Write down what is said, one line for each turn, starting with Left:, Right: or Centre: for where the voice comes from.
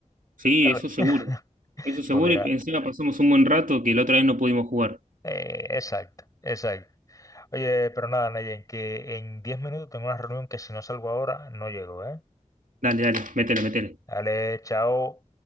Right: Sí,
Left: tal
Right: eso
Left: vez.
Right: seguro.
Left: <laughs>
Right: Eso seguro,
Left: Pues mira,
Right: y encima pasamos un buen rato que la otra vez no pudimos jugar.
Left: eh, exacto, exacto. Oye, pero nada, Nayen, que en 10 minutos tengo una reunión que si no salgo ahora, no llego, ¿eh?
Right: Dale, dale, métele, métele.
Left: Dale, chao.